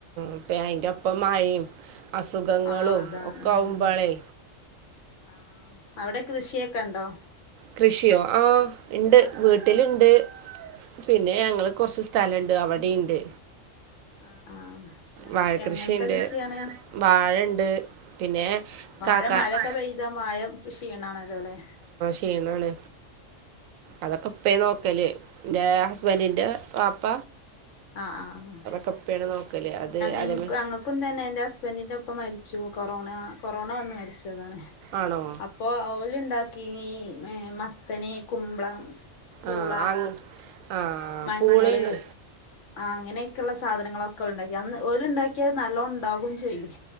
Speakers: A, on the right (about 90°); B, on the left (about 70°).
A: അപ്പെ അയിൻ്റെ ഒപ്പം മഴിം അസുഖങ്ങളും
B: ആഹ് അതാണ്
A: ഒക്കെ
B: ഉം
A: ആകുമ്പോളേ
B: ആഹ് അവിടെ കൃഷിയൊക്കെ ഉണ്ടോ?
A: കൃഷിയോ ആഹ് ഇണ്ട്
B: ആഹ്
A: വീട്ടില്ണ്ട് പിന്നെ ഞങ്ങള് കൊറച്ച് സ്ഥലണ്ട് അവടെയിണ്ട്.
B: ആഹ് ആഹ്
A: വാഴ
B: എങ്ങനത്തെ
A: കൃഷിണ്ട്
B: കൃഷിയാണ്
A: വാഴണ്ട് പിന്നെ
B: ആഹ് വാഴ
A: കാക്ക
B: മഴൊക്കെ പെയ്താ മാഴെ കൃഷി ചെയ്യ്ണാണല്ലോല്ലേ
A: ച്ചെയ്യണാണ് അതൊക്കെ ഉപ്പേ നോക്കല് ഇൻ്റെ ഹസ്ബൻഡിന്റെ വാപ്പ
B: ആഹ് ആഹ്..
A: പപ്പയാണ് നോക്കല് അത്
B: ഇൻക്കും
A: അതേമാ
B: അങ്ങക്കും തന്നെ എന്റെ ഹസ്ബൻഡിന്റെ ഇപ്പ മരിച്ചു കൊറോണ കൊറോണ വന്നു മരിച്ചതാണ്.
A: ആണോ?
B: അപ്പൊ അവ ഓല് ഉണ്ടാക്കിനി ഏഹ് മത്തന് കുമ്പളം പൂള
A: ആഹ് അങ് ആഹ്
B: മഞ്ഞള്
A: പൂളേണ്
B: അങ്ങനെയൊക്കെയുള്ള സാധനങ്ങളൊക്കെ ഉണ്ടാക്കി അന്ന് ഓല് ഉണ്ടാക്കിയാൽ നല്ലോം ഉണ്ടാവും ചെയ്യും.